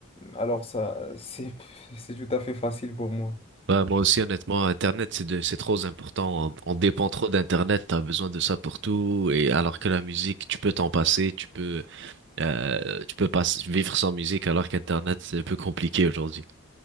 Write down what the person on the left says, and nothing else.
alors ça, c'est, <laughs> c'est tout à fait facile pour moi.